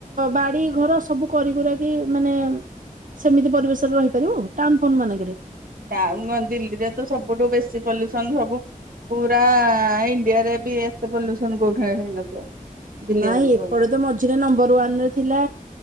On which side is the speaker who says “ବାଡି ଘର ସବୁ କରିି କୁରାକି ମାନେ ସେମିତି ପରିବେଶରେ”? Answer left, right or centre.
Right